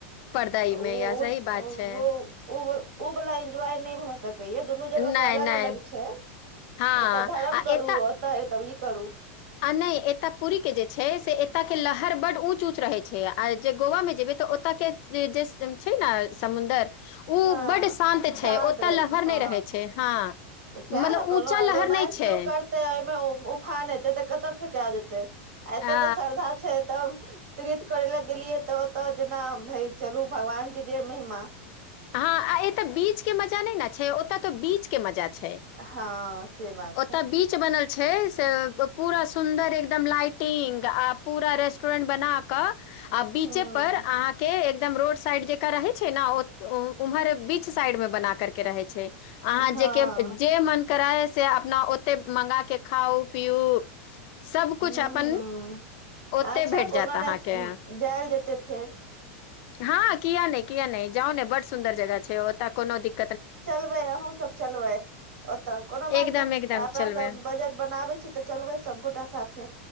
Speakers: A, on the left (about 50°); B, on the right (about 80°).
A: पर्दइ
B: ओ-
A: मे यऽ सही
B: ओ -ओ-
A: बात छै
B: ओ उ वला इन्जॉय नहि भ सकत कहि दुनू जगह
A: नहि
B: के अलग
A: नहि
B: अलग छै
A: हँ
B: एतऽ धर्म
A: आ
B: करु
A: एतऽ
B: ओत तभी करू
A: आ नहि एतय पुरीके जे छै से एतय के लहर बड्ड उँच उँच रहै छै आ जे गोवामे जेबै तऽ ओतय के जे छै न समुन्दर ओ
B: हँ
A: बड शान्त
B: शांत
A: छै ओतऽ
B: रहै
A: लहर
B: छै हँ
A: नहि रहै छै हँ
B: साए
A: मतलब
B: ने कहलहूँ
A: ऊँचा
B: आब
A: लहर
B: रोमांस
A: नहि छै
B: लोक करतैय ओए मे ओ उफान एतै तऽ कतऽ फेका जेतै एतय
A: आ
B: तऽ श्रद्धा छै तब तीर्थ करैय लए गेलियै तऽ ओतऽ जेना भए चलू भगवानके जे महिमा
A: हँ आ एतऽ बीच के मजा नहि ने छै ओतऽ तऽ बीच के मजा छै
B: हँ से बात
A: ओत
B: छै
A: बीच बनल छै से पुरा सुन्दर एकदम लाइटिंग आ पुरा रेस्टोरेंट बना क आ बीचे
B: हूँ
A: पर अहाँ के एकदम रोड साइड जकर रहै छै न ओ- -ओ उम्हर बीच साइड मे बना करके रहै छै अहाँ
B: हँ
A: जेके जे मन कराबे से अपना ओतैय मंगा के खाउ पिउ सबकुछ
B: हूँ
A: अपन
B: हूँ
A: ओते
B: अच्छा
A: भेट
B: कोनो
A: जायत
B: नहि
A: अहाँके
B: जाएल जेतै फेर
A: हँ किया नहि किया नहि जाउ ने बड्ड सुन्दर जगह छै ओतऽ कोनो दिक-
B: चलबै अहूँ सब चलबै ओतऽ कोनो
A: एकदम
B: बात ने
A: एकदम
B: अपना
A: चलबै
B: सब बजट बनाबै छी तऽ चलबै सबगोटा साथे